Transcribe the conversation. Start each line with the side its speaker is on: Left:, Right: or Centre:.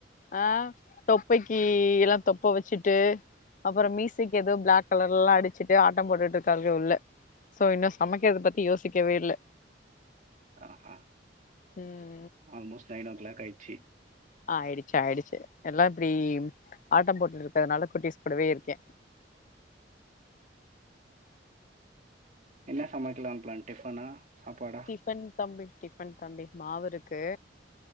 Left: ஆ தொப்பை எல்லாம் தொப்ப வச்சுட்டு அப்றம் மீசைக்கு ஏதோ பிளாக் கலர் எல்லாம் அடிச்சுட்டு ஆட்டம் போட்டுட்டு இருக்காளுக உள்ள சோ இன்னு சமைக்கறத பத்தி யோசிக்கவே இல்ல
Right: ஆஹா
Left: இது
Right: ஆல்மோஸ்ட் நைன் ஓ கிளாக் ஆயிச்சு
Left: ஆ ஆயிடுச்சு ஆயிடுச்சு எல்லாம் இப்படி ஆட்டம் போட்டுட்டு இருக்கிறதுனால குட்டிஸ் கூடடவே இருக்கே
Right: என்ன சமைக்கலாம்னு ப்ளான் டிஃபனா சாப்பாடா
Left: டிஃபன் தம்பி டிஃபன் தம்பி மாவு இருக்கு